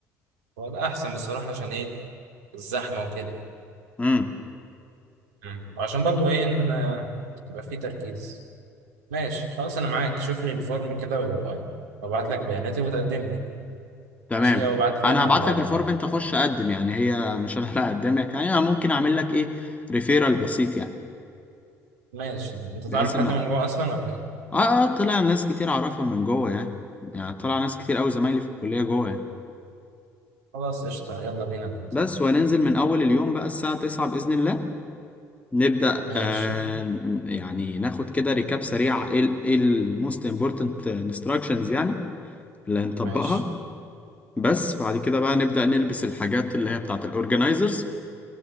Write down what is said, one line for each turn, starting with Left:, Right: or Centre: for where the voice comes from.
Right: هو ده احسن بصراحة عشان ايه الزحمة وكده
Left: امم
Right: مم. وعشان برضو ايه ان آه، يبقى في تركيز ماشي خلاص انا معاك شوف لي الفورم كده و- وابعت لك بياناتي وتقدمني
Left: تمام
Right: ماشي وابعت
Left: أنا
Right: لي انا
Left: هبعت
Right: بقدم
Left: لك الفورم
Right: يعني
Left: أنت خش أقدم يعني هي مش أنا اللي هقدمك يعني أنا ممكن أعمل لك إيه ريفيرال بسيط يعني
Right: ماشي انت
Left: بحيث
Right: تعرف
Left: إن
Right: حد
Left: آه
Right: من جوه اصلا ولا ايه
Left: آه طلع ناس كتير أعرفها من جوه يعني يعني طلع ناس كتير أوي زمايلي في الكلية جوه يعني
Right: خلاص قشطة يلا بينا نبدأ
Left: بس وهننزل من أول اليوم بقى الساعة 9 بإذن الله نبدأ
Right: ماشي
Left: آه ن- يعني ناخد كده ريكاب سريع ايه ال ايه الموست امبورتنت انستراكشنز يعني اللي هنطبقها
Right: ماشي
Left: بس بعد كده بقى نبدأ نلبس الحاجات اللي هي بتاعت الاورجنايزرز